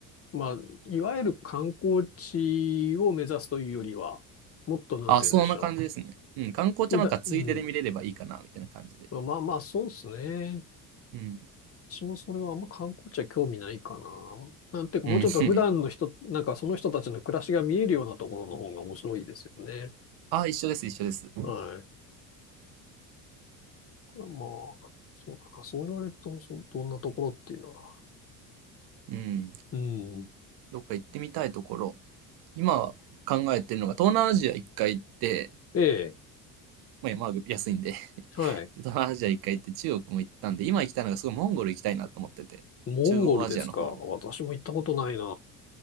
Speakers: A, on the left; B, on the right.
A: まあ、いわゆる観光地を目指すというよりは、もっとなんて言うんでしょ
B: あ、そんな感じですね。うん、観光茶なんかついでで見れればいいかな、
A: う。普段、うん。
B: みたいな感じで。
A: まあまあそうですね。
B: うん。
A: 私もそれはあんま観光地は興味ないかな。なんていうか、
B: うん。
A: もうちょっと普段の人、
B: <laughs>
A: なんかその人たちの暮らしが見えるようなところの方が面白いですよね。
B: あ、一緒です、一緒です。
A: はい。まあ、そうかな。そう言われると、そうどんなところっていうのは。
B: うん。
A: うん。
B: どっか行ってみたいところ。今考えてるのが、東南アジア一回行って、
A: ええ。
B: まあ、まあ、安いんで、
A: はい。
B: 東南アジア一回行って中国も行ったんで、今行きたいのがすごいモンゴル行きたいなと思ってて。
A: モンゴルですか。
B: 中央アジアの方。
A: 私も行ったことないな。